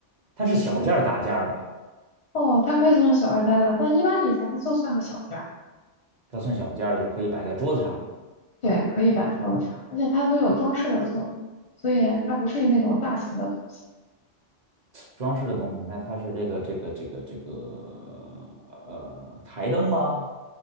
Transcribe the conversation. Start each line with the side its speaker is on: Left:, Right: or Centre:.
Right: 它是小件儿大件儿吧？
Left: 对，哦，它可以做成小二大件儿，但一般以前它就算个小件儿。
Right: 它算小件儿就可以摆在桌子上的
Left: 对，可以摆桌子上，而且它都有装饰的作用，所以它不是那种大型的东西。
Right: 装饰的东西。那它是这个这个这个这个呃台灯吗？